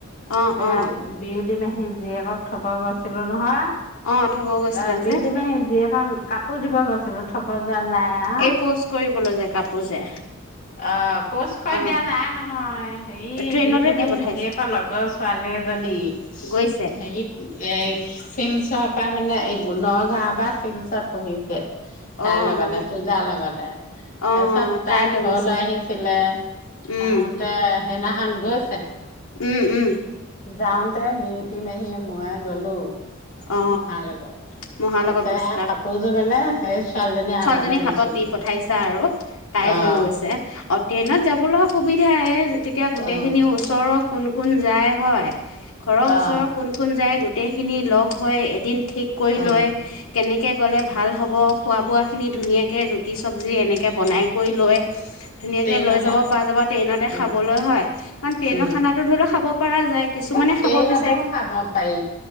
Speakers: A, on the left; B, on the left.
A: অ
B: এ
A: অ
B: বিউতি মাহি জীয়েকক থব গৈছে নহয়
A: অ থব গৈছিলা
B: এ বিউতি
A: যে
B: মাহী জীয়েক কাপোৰ দিব গৈছিলো থব যোৱা নাই আও
A: এই পোষ্ট কৰিবলৈ যে কাপোৰ যে
B: অ পোষ্ট কৰি
A: অ
B: দিয়া নাই নহয় হে
A: ট্ৰেইনতে
B: বিউটী
A: দি
B: মাহী
A: পঠাইছে
B: জীয়েকৰ লগ পালে এজনী
A: গৈছে
B: হেৰী এ শিলচৰ পৰা মানে এই নগাঁৱৰ বা শিলচত পঢ়িছে তাৰ
A: অ
B: লগতে
A: অ
B: পূজাৰ লগতে
A: অ
B: তাৰপিছত তাই
A: লৈ
B: ঘৰলৈ
A: গৈছে
B: আহিছিলে,
A: উম
B: আহোতে সেইনা ধান গৈছে
A: উম উম
B: যাওঁতে বিউটি মাহিয়ে মইয়ে গলো
A: অ
B: মহাৰ লগত।
A: মহাৰ
B: তাৰছেত
A: লগত গৈছিলা
B: কাপোৰযোৰ মানে হয় আছ <unintelligible> ছোৱালী জনী হাততে
A: ছোৱালীজনী
B: দিছো
A: হাতত দি
B: ক,
A: পঠাইছা আৰু তাই
B: অহ
A: লৈ অ ট্ৰেইনত যাব লগা সুবিধা তেতিয়া গোটেইখিনি
B: অ',
A: ওচৰ কোন কোন যায় হয় ঘৰৰ ওচৰৰ
B: অ',
A: কোন কোন যায় গ- গোটেইখিনি লগ হৈ এদিন ঠিক কৰি
B: অ',
A: লয়, কেনেক কে গ'লে ভাল হ'ব খোৱা বোৱা খিনি ধুনীয়াকে ৰুট- ৰুতি চব্জি এনেকে বনাই কৰি লয় ধুনীয়াকে
B: ট্ৰেইনতে
A: লৈ যাব পৰা যাব ট্ৰেইনতে
B: উম,
A: খাবলৈ হয়। কাৰণ ট্ৰেইনৰ
B: উম,
A: খানাো ধৰি লও খাব পৰা যায় কিছুমানে
B: এ ট্ৰেইনতেও
A: খাব বিচাৰে,
B: খাব পাৰি